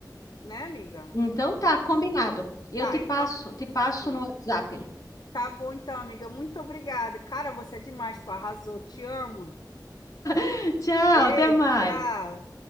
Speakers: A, on the left; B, on the left.
A: né, amiga?
B: Então tá, combinado. Eu
A: Tá,
B: te passo,
A: então,
B: te passo
A: sim.
B: no WhatsApp. ali.
A: Tá bom então, amiga. Muito obrigada. Cara, você é demais, tu arrasou. Te amo.
B: <laughs> Tchau,
A: Beijo,
B: até mais.
A: tchau.